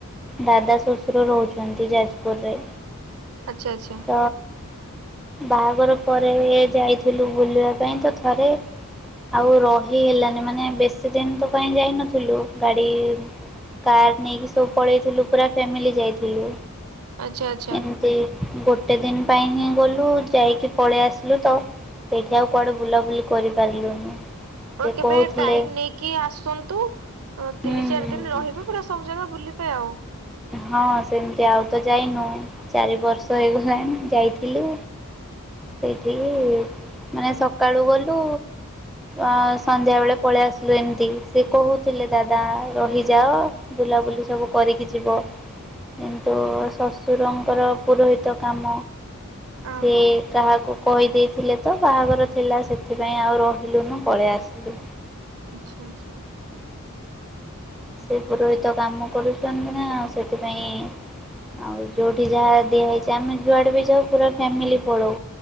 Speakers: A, in the centre; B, on the right.
A: ଦାଦା ଶଶୁର ରହୁଛନ୍ତି ଯାଜପୁରରେ।
B: ଆଚ୍ଛା-ଆଚ୍ଛା।
A: ତ ବାହାଘର ପରେ ଯାଇଥିଲୁ ବୁଲିବା ପାଇଁ ତ ଥରେ ଆଉ ରହି ହେଲାନି ମାନେ ବେଶୀ ଦିନ ତ ପାଇଁ ଯାଇନଥିଲୁ ଗାଡି କାର ନେଇକି ସବୁ ପଳେଇଥିଲୁ ପୁରା ଫ୍ୟାମିଲି ଯାଇଥିଲୁ।
B: ଆଚ୍ଛା ଆଚ୍ଛା।
A: ଏମିତି ଗୋଟେ ଗୋଟେ ଦିନ ପାଇଁ ହିଁ ଗଲୁ ଯାଇକି ପଳେଇ ଆସିଲୁ ତ ସେଇଠି ଆଉ କୁଆଡେ ବୁଲା ବୁଲି କରିପାରିଲୁନି।
B: ଆପଣ
A: ସେ
B: କେବେ
A: କହୁଥିଲେ
B: ଟାଇମ୍ ନେଇକି ଆସନ୍ତୁ ଅ
A: ହୁଁ
B: ତିନି ଚାରି ଦିନ ରହିବେ ପୁରା ସବୁ ଜାଗା ବୁଲିବେ ଆଉ।
A: ହଁ ସେମିତି ଆଉ ତ ଯାଇନୁ ଚାରି ବର୍ଷ ହେଇଗଲାଣି ଯାଇଥିଲୁ ସେଇଠିକି ମାନେ ସକାଳୁ ଗଲୁ ଅ ସନ୍ଧ୍ୟା ବେଳେ ପଳେଇ ଆସିଲୁ ଏମିତି ସେ କହୁଥିଲେ ଦାଦା ରହିଯାଅ ବୁଲାବୁଲି ସବୁ କରିକି ଯିବ। କିନ୍ତୁ ଶଶୁରଙ୍କର ପୁରୋହିତ କାମ
B: ଓହୋ
A: ସିଏ କହିଦେଇଥିଲେ ତ ବାହାଘର ଥିଲା ସେଥିପାଇଁ ଆଉ ରହିଲୁନୁ ପଳେଇ ଆସିଲୁ।
B: ଆଚ୍ଛା ଆଚ୍ଛା
A: ସେ ପୁରୋହିତ କାମ କରୁଛନ୍ତି ନା ଆଉ ସେଥିପାଇଁ ଆଉ ଯୋଉଠି ଯାହା ଦିଆ ହେଇଛି ଆମେ ଯୁଆଡେ ବି ଯାଉ ପୁର ଫ୍ୟାମିଲ ପଳଉ।